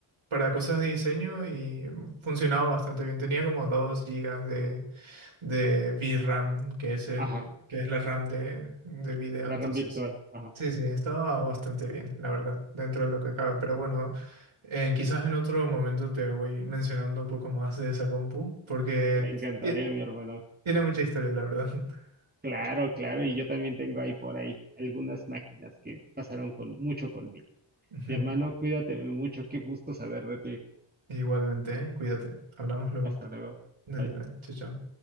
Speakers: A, on the right; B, on the right.
A: para cosas de diseño y funcionaba bastante bien. Tenía como 2 gigas de, de VRAM, que es el,
B: Ajá,
A: que es la RAM de, de video.
B: la
A: Entonces,
B: RAM virtual. Ajá,
A: Sí, sí, estaba bastante bien, la verdad, dentro de lo que cabe. Pero bueno, eh, quizás en otro momento te voy mencionando un poco más de esa compu, porque
B: me encantaría,
A: ti-
B: mi hermano.
A: tiene mucha historia, la verdad. <laughs>
B: Claro, claro, y yo también tengo ahí por ahí algunas máquinas que pasaron con mucho conmigo.
A: Ujú.
B: Mi hermano, cuídate mucho, qué gusto saber de ti.
A: Igualmente, ¿eh? Cuídate. Hablamos luego.
B: Hasta luego.
A: Dale,
B: Bye.
A: dale. Chao, chao.